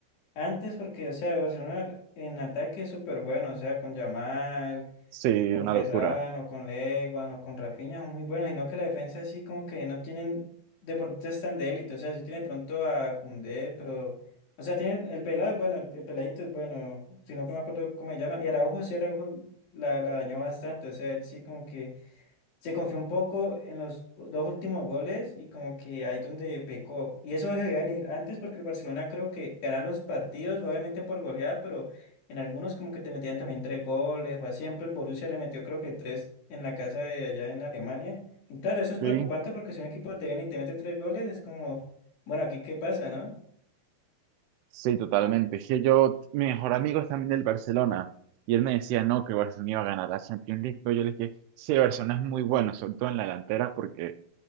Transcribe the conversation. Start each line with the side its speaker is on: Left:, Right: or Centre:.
Left: Antes porque, o sea, el Barcelona en ataque es súper bueno, o sea, con Yamal,
Right: Sí,
Left: con
Right: una
Left: Ferran,
Right: locura.
Left: o con Leguan, o con Rafinha son muy buenos, sino que la defensa así como que no tienen deportistas tan de élite, o sea, sí tiene de pronto a Koundé, pero, o sea, tienen, el pelado es bueno, el, el peladito es bueno, sino que no me acuerdo cómo se llama, y Araujo, sí, Araujo la, la dañó bastante, o sea, él sí como que se confió un poco en los dos últimos goles y como que ahí donde pecó. Y eso debía venir antes porque el Barcelona creo que ganaba los partidos, obviamente por goleada, pero en algunos como que te metían también tres goles o así. Siempre el Borussia le metió creo que tres en la casa de allá en Alemania. Y claro, eso es
Right: Sí.
Left: preocupante porque si un equipo te viene y te mete tres goles es como, bueno, aquí qué pasa, ¿no?
Right: Sí, totalmente. Es que yo, mi mejor amigo es también del Barcelona y él me decía, no, que Barcelona iba a ganar la Champions League, pero yo le dije, sí, Barcelona es muy bueno, sobre todo en la delantera porque